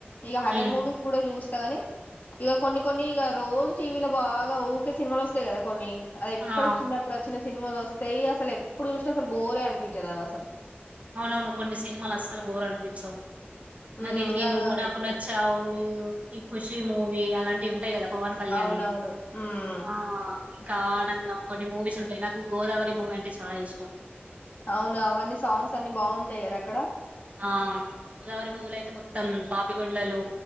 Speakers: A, on the left; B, on the right.
A: ఇగ హర్రర్
B: ఉమ్
A: మూవీస్ కూడా చూస్ తగానీ ఇగ కొన్ని కొన్ని ఇగ రోజ్ టీ వీ లో బాగా ఊరికే సినిమాలు వస్తాయి కదా కొన్ని అది ఎప్పటికి
B: ఆ అవును
A: చిన్నప్పుడు వచ్చిన సినిమాలు వస్తాయి అసలు ఎప్పుడు చూస్ అసలు బోరే అనిపించదు అవి అసలు
B: అవునవును కొన్ని సినిమాలు అస్సలు బోరు అనిపించవు నాక్
A: ఉమ్
B: <unintelligible>
A: గా-
B: నువ్వు
A: అది
B: నాకునచ్చవు మ్మ్ ఈ ఖుషి మూవీ అలాంటివి ఉంటాయి కదా పవన్ కళ్యాణ్
A: అవునవును
B: వి
A: ఉమ్
B: ఆ ఇంకా ఆనందం కొన్ని మూవీస్ ఉంటాయి నాకు గోదావరి మూవీ అంటే చాలా ఇష్టం
A: అవునా అవన్నీ సాంగ్స్ అన్ని బాగుంటాయి కదా అక్కడ
B: ఆ గోదావరి మూవీలో అయితే మొత్తం పాపికొండలు